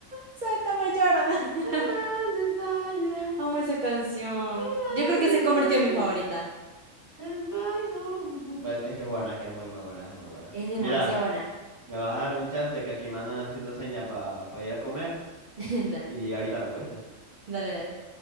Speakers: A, on the right; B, on the right.
A: sáltame, lloro. <laughs>
B: And as a tire,
A: Amo esa canción.
B: and
A: Yo creo que
B: as
A: se convirtió
B: smile,
A: en mi favorita.
B: as my goal. Pues es que es buena, que es muy, muy buena, es muy buena.
A: Es demasiado
B: Mira,
A: buena.
B: me vas a dar un chance que aquí me andan haciendo seña para ir a comer
A: <laughs> Dale,
B: y ahorita vengo, ¿viste?
A: dale, dale.